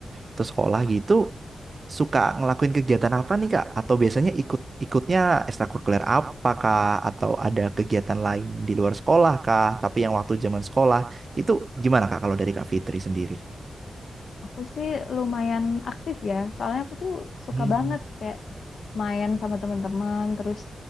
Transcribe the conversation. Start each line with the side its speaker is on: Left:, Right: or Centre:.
Right: terus sekolah gitu suka ngelakuin kegiatan apa nih Kak? Atau biasanya ikut ikutnya ekstrakurikuler apa Kak? Atau ada kegiatan lain di luar sekolah Kak? Tapi yang waktu zaman sekolah itu gimana Kak kalau dari Kak Fitri sendiri?
Left: Aku sih lumayan aktif ya, soalnya aku tuh suka
Right: Hmm.
Left: banget kayak main sama teman-teman, terus